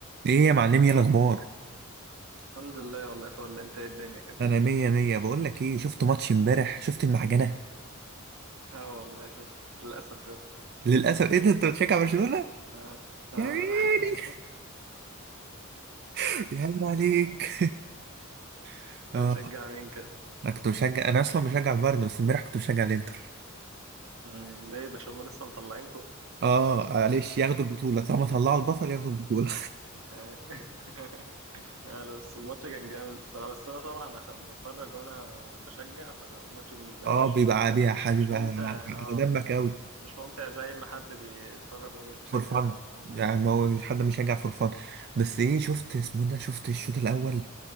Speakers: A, on the right; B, on the right.
A: ايه يا معلمي ايه الاخبار
B: الحمد لله والله فل انت ايه الدنيا كده
A: انا مية مية بقول لك ايه شفت ماتش امبارح شفت المعجنة
B: اه والله شفت للاسف شفت
A: للاسف ايه ده انت بتشجع برشلونة
B: اه اه
A: يا عيني
B: <laughs>
A: <laughs> يا عيني عليك <laughs>
B: انت
A: اه
B: بتشجع مين كده
A: انا كنت بشجع انا اصلا بشجع البايرن بس امبارح كنت بشجع الانتر
B: مم، ليه ده شو لسه مطلعينكم
A: اه معلش ياخدوا البطولة طالما طلعوا البطل ياخدوا البطولة
B: آه. <laughs> لا لا، بس الماتش كان جامد الصراحه بس انا طبعا عشان بتفرج وانا بشجع فالماتش
A: <laughs>
B: بالنسبه
A: اه
B: لي مش
A: بيبقى عادي يا حبيبي
B: مش ممتع
A: على
B: اه
A: دمك قوي
B: مش ممتع زي ما حد بيتفرج ومش بيشجع
A: فور فان
B: حد فاهمني
A: يعني ما هو مش حد مشجع فور فان بس ايه شفت اسمه ده شفت الشوط الاول